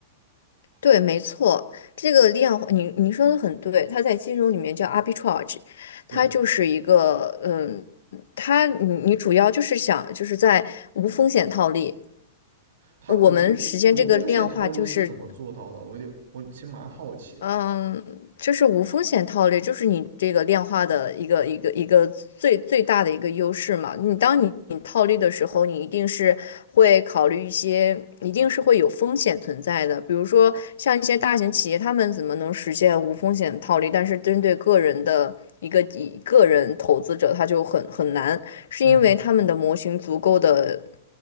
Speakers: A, on the left; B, on the right.
A: 对，没错，这个量化，你你说的很对，它在金融里面叫 arbitrage，
B: 对，
A: 它就是一个，嗯，它你你主要就是想就是在无风险套利。
B: 它无无无风险套利是怎么做到的？
A: 我们实现这个量化，就是
B: 我有点我其实蛮好奇。
A: 嗯，就是无风险套利，就是你这个量化的一个一个一个最最大的一个优势嘛。你当你你套利的时候，你一定是会考虑一些，一定是会有风险存在的。比如说像一些大型企业，他们怎么能实现无风险套利？但是针对个人的一个一个人投资者，他就很很难，是因为他们的模型足够的。
B: 嗯，